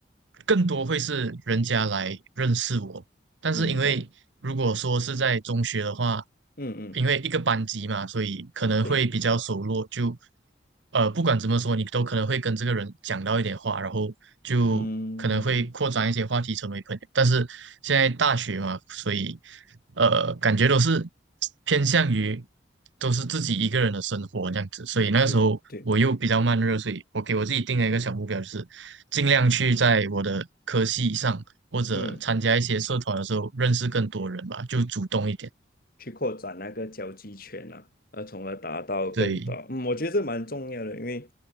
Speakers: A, on the right; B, on the left.
A: 更多会是人家来认识我，但是因为如果说是在中学的话，
B: 明白。嗯嗯，
A: 因为一个班级嘛，所以可能会比较熟络，
B: 对，
A: 就呃不管怎么说，你都可能会跟这个人讲到一点话，然后就可能会扩展一些话题，
B: 嗯
A: 成为朋友。但是现在大学嘛，所以呃感觉都是偏向于都是自己一个人的生活这样子，所以那个时候我又比较慢热，
B: 对对，
A: 所以我给我自己定了一个小目标，就是尽量去在我的科系上。或者参加一些社团的时候认识更多人吧，
B: 嗯。
A: 就主动一点。
B: 去扩展那个交际圈啊，呃，从而达到更大。
A: 对
B: 嗯，我觉得这蛮重要的，因为，